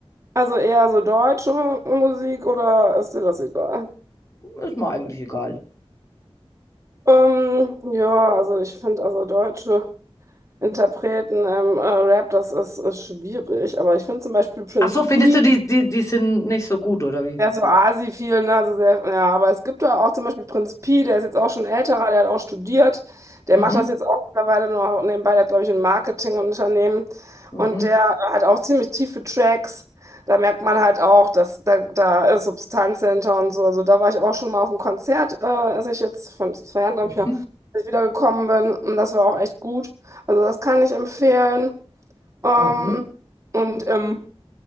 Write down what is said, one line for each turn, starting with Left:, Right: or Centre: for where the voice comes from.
Right: Also eher so deutsche Musik oder ist dir das egal?
Left: Ist mir eigentlich egal.
Right: Ähm, ja, also ich finde also deutsche Interpreten im äh, Rap, das ist, ist schwierig. Aber ich finde zum Beispiel Prince
Left: Ach so, findest
Right: P.
Left: du, die, die, die sind nicht so gut, oder wie?
Right: Der ist so Asi viel, ne? Also sehr, ja, aber es gibt da auch zum Beispiel Prinz Pi, der ist jetzt auch schon älterer, der hat auch studiert. Der
Left: Mhm,
Right: macht das jetzt auch mittlerweile nur noch nebenbei, der hat, glaube ich, ein Marketingunternehmen.
Left: mhm,
Right: Und der hat auch ziemlich tiefe Tracks. Da merkt man halt auch, dass da, da ist Substanz hinter und so. Also da war ich auch schon mal auf einem Konzert, äh, als ich jetzt von zwei Jahren, glaube
Left: mhm,
Right: ich, ja, als ich wiedergekommen bin. Und das war auch echt gut. Also das kann ich empfehlen. Ähm,
Left: mhm.
Right: und im